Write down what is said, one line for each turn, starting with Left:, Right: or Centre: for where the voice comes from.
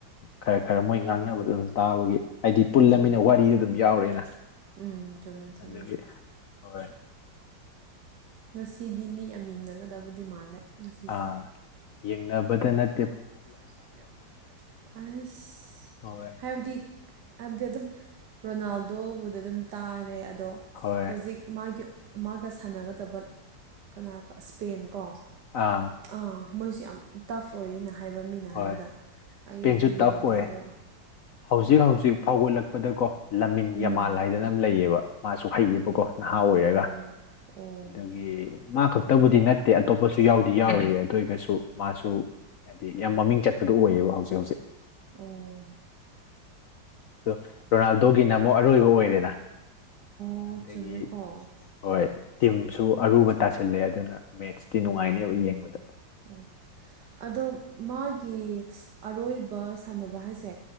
Left: ꯈꯔ ꯈꯔ ꯃꯣꯏ ꯉꯥꯡꯅꯕꯗꯣ ꯑꯗꯨꯝ ꯇꯥꯕꯒꯤ꯫ ꯍꯥꯏꯗꯤ ꯄꯨꯜꯂꯃꯤꯅ
Right: ꯎꯝ
Left: ꯋꯥꯔꯤꯗ ꯑꯗꯨꯝ ꯌꯥꯎꯔꯦꯅ
Right: ꯎꯝ ꯆꯨꯝꯃꯦ ꯆꯨꯝꯃꯦ
Left: ꯑꯗꯨꯒꯤ ꯍꯣꯏ
Right: ꯉꯁꯤꯗꯤ ꯃꯤ ꯌꯥꯝ ꯌꯦꯡꯅꯒꯗꯕꯗꯤ ꯃꯥꯜꯂꯦ꯫ ꯉꯁꯤꯁꯦ
Left: ꯑꯥ ꯌꯦꯡꯅꯕꯗ ꯅꯠ
Right: ꯄꯩꯁꯥꯗꯨ ꯌꯝ ꯊꯥꯅꯔꯛꯇꯣꯏꯅꯤ ꯑꯁ
Left: ꯍꯣꯏ
Right: ꯍꯥꯏꯕꯗꯤ ꯍꯥꯏꯕꯗꯤ ꯑꯗꯨꯝ ꯔꯣꯅꯥꯜꯗꯣꯕꯨꯗꯤ ꯑꯗꯨꯝ ꯇꯥꯔꯦ ꯑꯗꯣ
Left: ꯍꯣꯏ
Right: ꯍꯧꯖꯤꯛ ꯃꯥꯒꯤ꯫ ꯃꯥꯒ ꯁꯥꯟꯅꯒꯗꯕ ꯀꯅꯥ ꯀ ꯏꯁꯄꯦꯟ ꯀꯣ꯫
Left: ꯑꯥ
Right: ꯑꯥ ꯃꯣꯏꯁꯦ ꯌꯥꯝ ꯇꯐ ꯑꯣꯏꯌꯦꯅ ꯍꯥꯏꯕ ꯃꯤꯅ
Left: ꯍꯣꯏ
Right: ꯍꯥꯏꯕꯗ
Left: ꯏꯁꯄꯦꯟꯁꯨ
Right: ꯑꯩꯕꯨꯗꯤ ꯌꯦꯡꯉꯨꯗꯦ
Left: ꯇꯐ ꯑꯣꯏ
Right: ꯗꯣ
Left: ꯍꯧꯖꯤꯛ ꯍꯧꯖꯤꯛ ꯐꯥꯎꯒꯠꯂꯛꯄꯗꯀꯣ꯫ ꯂꯝꯃꯤꯟ
Right: ꯎꯝ
Left: ꯌꯥꯝꯃꯥꯥꯜ ꯍꯥꯏꯗꯅ ꯑꯃ ꯂꯩꯌꯦꯕ ꯃꯥꯁꯨ ꯍꯩꯌꯦꯕꯀꯣ ꯅꯍꯥ ꯑꯣꯏꯔꯒ꯫
Right: ꯑꯣ ꯑꯣ꯫
Left: ꯑꯗꯨꯒꯤ ꯃꯥ ꯈꯛꯇꯕꯨꯗꯤ ꯅꯠꯇꯦ ꯑꯇꯣꯞꯄꯁꯨ ꯌꯥꯎꯗꯤ ꯌꯥꯎꯔꯤ ꯑꯗꯨ ꯑꯣꯏꯒꯁꯨ꯫ ꯃꯥꯁꯨ ꯍꯥꯏꯗꯤ ꯌꯥꯝ ꯃꯃꯤꯡ ꯆꯠꯄꯗꯨ ꯑꯣꯏꯌꯦꯕ ꯍꯧꯖꯤꯛ ꯍꯧꯖꯤꯛ꯫
Right: ꯑꯣ꯫
Left: ꯑꯗꯨ ꯔꯣꯅꯥꯜꯗꯣꯒꯤꯅ ꯑꯃꯨꯛ ꯑꯔꯣꯏꯕ ꯑꯣꯏꯔꯦꯅ꯫
Right: ꯑꯣ
Left: ꯑꯗꯒꯤ
Right: ꯆꯨꯝꯃꯦꯀꯣ꯫
Left: ꯍꯣꯏ ꯇꯤꯝꯁꯨ ꯑꯔꯨꯕ ꯇꯥꯁꯤꯜꯂꯦ ꯑꯗꯨꯅ ꯃꯦꯠꯁꯇꯤ ꯅꯨꯡꯉꯥꯏꯅꯦꯕ ꯌꯦꯡꯕꯗ꯫
Right: ꯍꯧꯖꯤꯛ ꯑꯣ ꯑꯗꯣ ꯃꯥꯒꯤ ꯑꯔꯣꯏꯕ ꯁꯥꯟꯅꯕ ꯍꯥꯏꯁꯦ꯫